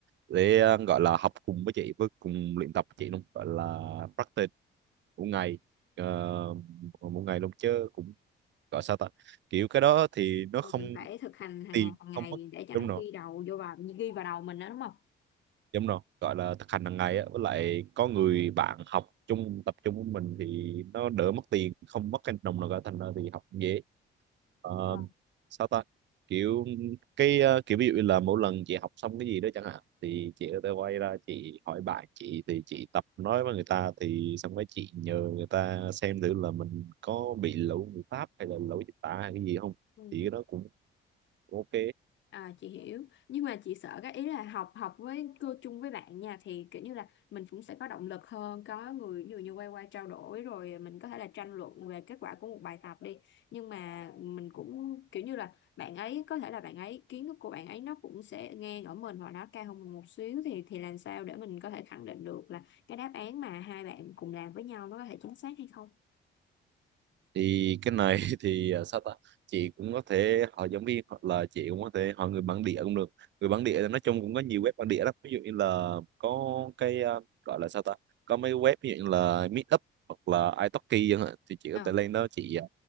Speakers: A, on the right; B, on the left.
A: để ờ, gọi là học cùng với chị với cùng luyện tập với chị luôn gọi là practice một ngày uh, một ngày luôn chứ cũng gọi sao ta kiểu cái đó thì nó
B: Ờ,
A: không
B: mình phải thực hành hàng
A: tiền
B: ngày hàng ngày
A: không mất
B: để cho
A: đúng
B: nó
A: rồi
B: ghi đầu vô vào ghi vào đầu mình đó đúng không
A: đúng rồi gọi là thực hành hàng ngày á với lại có người bạn học chung tập trung với mình thì nó đỡ mất tiền không mất cái đồng nào cả thành ra thì học cũng dễ Ờ,
B: Ờ.
A: sao ta kiểu cái ờ, kiểu ví dụ như là mỗi lần chị học xong cái gì đó chẳng hạn thì chị có thể quay ra chị hỏi bạn chị thì chị tập nói với người ta thì xong rồi chị nhờ người ta xem thử là mình có bị lỗi ngữ pháp hay là lỗi dịch tả hay cái gì không
B: Ừ.
A: thì cái đó cũng ok
B: À, chị hiểu nhưng mà chị sợ cái ý là học học với cô chung với bạn nha thì kiểu như là mình cũng sẽ có động lực hơn có người ví dụ như quay qua trao đổi rồi mình có thể là tranh luận về kết quả của một bài tập đi nhưng mà mình cũng kiểu như là bạn ấy có thể là bạn ấy kiến thức của bạn ấy nó cũng sẽ ngang ở mình hoặc nó cao hơn mình một xíu thì thì làm sao để mình có thể khẳng định được là cái đáp án mà hai bạn cùng làm với nhau nó có thể chính xác hay không
A: thì cái này <laughs> thì à, sao ta chị cũng có thể hỏi giáo viên hoặc là chị cũng có thể hỏi người bản địa cũng được người bản địa thì nói chung cũng có nhiều web bản địa lắm ví dụ như là có cái à, gọi là sao ta có mấy web ví dụ như là Meetup hoặc là italki chẳng hạn thì chị
B: Ờ
A: có thể lên đó chị à,